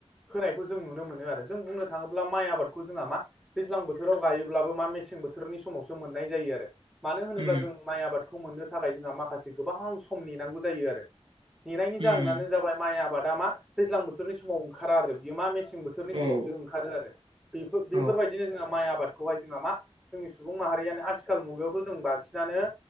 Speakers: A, in the centre; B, on the right.
A: होनायखौ जों नुनो मोनो आरो जों बुंनो थाङोब्ला माइ आबादखौ जोंहा मा दैज्लां बोथोराव गायोब्लाबो मा मेसें बोथोरनि समावसो मोननाय जायो आरो। मानो होनोब्ला
B: उम
A: जों माइ आबादखौ मोननो थाखाय जोंहा माखासे गोबां सम नेनांगौ जायो आरो नेनायनि जाहोनानो
B: उम
A: जाबाय माइ आबादा मा दैजां बोथोरनि समाव ओंखारा आरो बियो मा मेसें बो बेफोरोरनि समावसो
B: औ
A: ओंखारो आरो बेफोर बेफोरबायदिनो
B: औ
A: जोंहा माइ आबादखौहाय जोंहा मा जोंनि सुबुं माहारियानो आथिखाल मुगायावथ' जों बांसिनानो